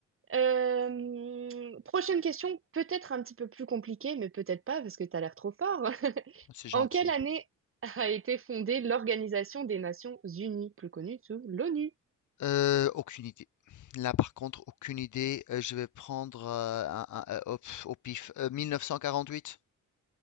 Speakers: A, on the right (about 45°); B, on the left (about 75°).
A: Euh, prochaine question, peut-être un petit peu plus compliquée, mais peut-être pas parce que t'as l'air trop fort. <laughs>
B: c'est gentil.
A: En quelle année a été fondée l'Organisation des Nations Unies, plus connue sous l'ONU?
B: Euh, aucune idée. Là, par contre, aucune idée. Euh, je vais prendre euh, un- un- euh, au, pff, au pif. Euh, 1948.